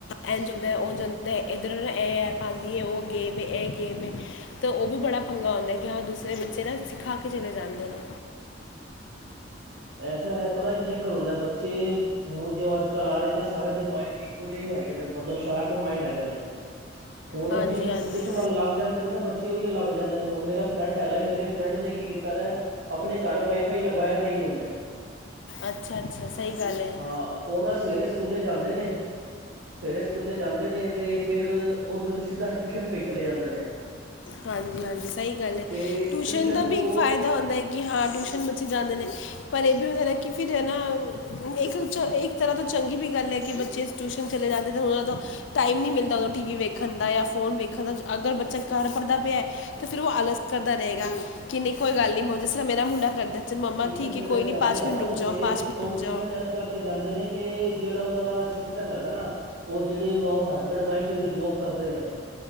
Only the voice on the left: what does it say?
ਐਂ ਜਾਂਦਾ ਉਹ ਜਾਂਦਾ ਇੱਧਰ ਇਹ ਐਪ ਆਉਂਦੀ ਹੈ ਉਹ ਗੇਮ ਇਹ, ਔ ਗੇਮ ਹੈ ਤਾਂ ਉਹ ਵੀ ਬੜਾ ਪੰਗਾ ਆੁੰਦਾ ਕਿ ਹਾਂ ਦੂਸਰੇ ਬੱਚੇ ਨਾ ਸਿਖਾ ਕੇ ਚਲੇ ਜਾਂਦੇ ਨੇ
ਹਾਂਜੀ
ਹਾਂਜੀ
ਅੱਛਾ ਅੱਛਾ ਸਹੀ ਗੱਲ ਹੈ
ਹਾਂਜੀ ਹਾਂਜੀ ਸਹੀ ਗੱਲ ਹੈ
ਟਿਊਸ਼ਨ ਦਾ ਵੀ
ਇੱਕ ਫਾਇਦਾ ਹੁੰਦਾ ਹੈ ਕਿ ਹਾਂ ਟਿਊਸ਼ਨ ਬੱਚੇ ਜਾਂਦੇ ਨੇ ਪਰ ਇਹ ਵੀ ਹੁੰਦੇ ਨਾ ਕਿ ਫਿਰ ਹੈ ਨਾ ਇੱਕ ਇੱਕ ਤਰ੍ਹਾਂ ਤੋਂ ਚੰਗੀ ਵੀ ਗੱਲ ਹੈ ਕਿ ਬੱਚੇ ਟਿਊਸ਼ਨ ਚਲੇ ਜਾਂਦੇ ਤਾਂ ਉਹਨਾਂ ਦਾ ਟਾਈਮ ਨਹੀਂ ਮਿਲਦਾ ਉਹਨੋਂ ਟੀ ਵੀ ਵੇਖਣ ਦਾ ਜਾਂ ਫੋਨ ਵੇਖਣ ਦਾ ਅਗਰ ਬੱਚਾ ਘਰ ਪੜਦਾ ਪਿਆ ਤੇ ਫਿਰ ਉਹ ਆਲਸ ਕਰਦਾ ਰਹੇਗਾ ਕਿ ਨਹੀਂ ਕੋਈ ਗੱਲ ਨਹੀਂ, ਜਿਸ ਤਰ੍ਹਾਂ ਮੇਰਾ ਮੁੰਡਾ ਕਰਦਾ ਅੱਛਾ ਮੰਮਾ
ਠੀਕ
ਹੈ ਕੋਈ
ਨਹੀਂ ਪਾਚ
ਮਿੰਟ
ਰੁਕ
ਜਾਓ ਪਾਚ ਮਿੰਟ
ਰੁਕ
ਜਾਓ।